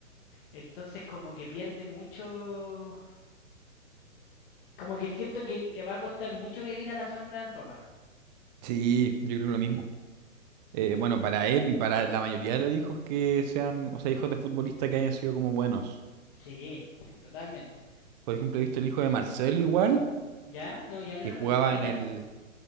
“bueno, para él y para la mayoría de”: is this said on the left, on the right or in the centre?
Right